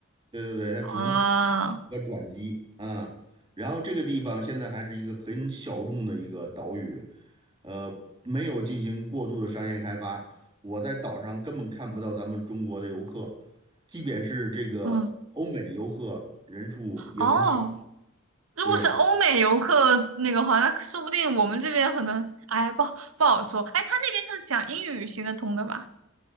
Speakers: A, on the right (about 20°); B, on the right (about 80°).
A: 对对对，它只能
B: 啊，
A: 要转机啊。然后这个地方现在还是一个很小众的一个岛屿，呃，没有进行过度的商业开发。我在岛上根本看不到咱们中国的游客，即便是这个欧美的游客人数也很少。
B: 嗯。哦，如果是欧美游客那个话，
A: 对，
B: 那说不定我们这边可能，哎，不好不好说。哎，他那边就是讲英语行得通的吧？